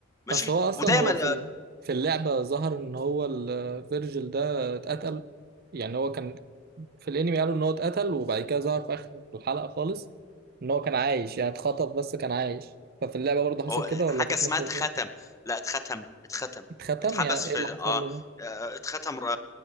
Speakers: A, on the left; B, on the right.
A: ماشي
B: اصل هو اصلا
A: ودايما
B: هو في ال... في اللعبة ظهر ان هو الفيرجل ده اتقتل يعني هو كان في الانمي قالوا ان هو اتقتل وبعد كده ظهر في اخر الحلقة خالص ان هو كان عايش يعني اتخطف بس كان عايش ففي اللعبة برضه حصل
A: هو
B: كده ولا
A: حاجه
B: كانت
A: اسمها
B: ماشية
A: اتختم
B: ازاي؟
A: لا اتختم اتختم
B: اتختم
A: اتحبس
B: يعني
A: في
B: ايه اللي
A: اه
B: حصل له ده؟
A: آه، اتختم آه،